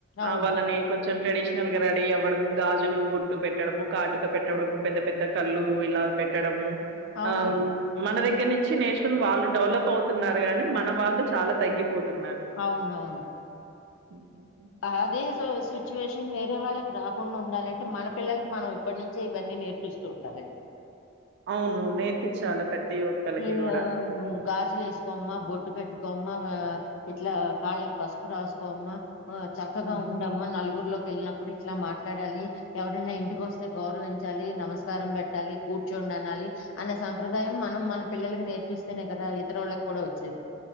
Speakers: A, on the left; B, on the right.
A: అవును
B: ఆ వాళ్ళని కొంచెం ట్రెడిషనల్ గా రెడీ అవ్వడం గాజులు బొట్టు పెట్టడము కాటుక పెట్టడం పెద్ద పెద్ద కళ్ళు ఇల పెట్టడము
A: అవును
B: ఆ మన దగ్గర నుంచి నేర్చుకుని వాళ్ళు డెవలప్ అవుతున్నారు గాని మన వాళ్ళు చాల తగ్గిపోతున్నారు
A: అవునవును
B: ఉ
A: అదే సిచ్యువేషన్ వేరే వాళ్ళకి రాకుండా ఉండాలంటే మన పిల్లలకి మనం ఇప్పటి నుంచే ఇవన్నీ నేర్ <unintelligible>
B: అవును నేర్పిచాల ప్రతి ఒక్కలకి
A: ఈ
B: కూడ
A: గాజులు వేసుకోమ్మా బొట్టు పెట్టుకోమ్మా ఇట్లా కాళ్ళకి పసుపు రాసుకోమ్మా చక్కగా
B: హ్మ్.
A: ఉండమ్మా నలుగురు లో వెళ్ళినప్పుడు ఇట్ల మాట్లాడాలి ఎవరైనా ఇంటికి వస్తే గౌరవించాలి నమస్కారం పెట్టాలి కూర్చొండి అనాలి అనే సంప్రదాయం మనం మన పిల్లలకి నేర్పిస్తేనే కదా ఇతరు వాళ్ళకి కూడ వచ్చేది